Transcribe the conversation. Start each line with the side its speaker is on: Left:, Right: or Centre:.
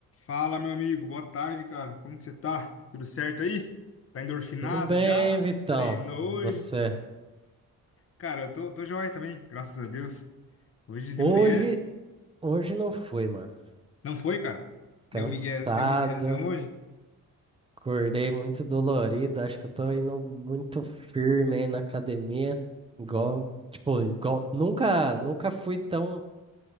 Left: Fala, meu amigo. Boa tarde, cara. Como que você tá? Tudo certo aí? Tá endorfinado
Right: Tudo bem,
Left: já?
Right: Vitão?
Left: Treinou
Right: Você?
Left: hoje? Cara, eu tô, tô joia também, graças a Deus. Hoje de
Right: Hoje,
Left: manhã...
Right: hoje não fui, mano.
Left: Não foi, cara?
Right: Cansado,
Left: Deu migué, deu miguezão hoje?
Right: acordei muito dolorido. Acho que eu tô indo muito firme aí na academia. Igual, tipo, igual, nunca, nunca fui tão,